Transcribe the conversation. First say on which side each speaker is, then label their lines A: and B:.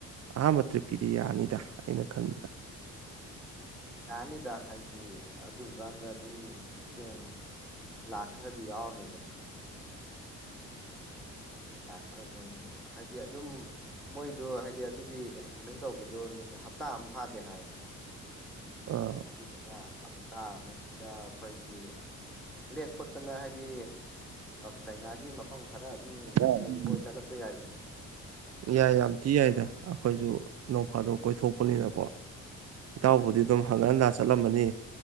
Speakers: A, on the right; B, in the centre.
A: ꯑꯍꯥꯟꯕ ꯇ꯭ꯔꯤꯞꯀꯤꯗꯤ ꯌꯥꯅꯤꯗ ꯑꯩꯅ ꯈꯟꯕꯗ
B: <unintelligible> ꯌꯥꯅꯤꯗ ꯍꯥꯏꯗꯤ ꯑꯗꯨꯝꯀꯥꯟꯗ ꯑꯗꯨꯝ ꯀꯆꯦꯡ ꯂꯥꯛꯈꯔꯗꯤ ꯌꯥꯎꯔꯅꯤꯗꯅ ꯑ ꯀꯛꯆꯤꯡ ꯂꯥꯛ ꯈꯔ ꯑꯗꯨ ꯑꯃꯨꯛ ꯍꯥꯏꯗꯤ ꯑꯗꯨꯝ ꯃꯣꯏꯗꯣ ꯍꯥꯏꯗꯤ ꯑꯗꯨꯒꯤ ꯑꯦꯛꯁꯄ꯭ꯔꯤꯃꯦꯟ ꯇꯧꯕꯗꯣ ꯅꯨꯃꯤꯠ ꯍꯞꯇꯥ ꯑꯃ ꯐꯥꯗꯦ ꯍꯥꯏꯕ
A: ꯑꯥ
B: ꯑꯗꯨꯗꯨꯅ ꯍꯞꯇꯥ ꯑꯃꯖ ꯁꯤꯗ ꯈꯣꯏꯒꯤ ꯂꯦꯛ ꯈꯣꯠꯇꯅ ꯍꯩꯗꯤ ꯆꯥꯏꯅꯥꯒꯤ ꯃꯐꯝ ꯈꯔ ꯑꯗꯨꯝ
A: <unintelligible>
B: ꯌꯦꯡ ꯀꯣꯏ ꯆꯠꯂꯛꯄ ꯌꯥꯏꯗꯅ
A: ꯌꯥ ꯌꯥꯝ ꯊꯤ ꯌꯥꯏꯗ ꯑꯈꯣꯏꯁꯨ ꯅꯧꯐꯥꯗꯣꯛ ꯀꯣꯏꯊꯣꯛꯄꯅꯤꯅꯀꯣ ꯏꯇꯥꯎꯕꯨꯗꯤ
B: ꯍꯥꯏꯗꯤ
A: ꯗꯨꯝ
B: ꯃꯣꯏꯒꯤ
A: ꯍꯪꯒꯠ ꯍꯟꯗꯥ ꯆꯠꯂꯝꯃꯅꯤ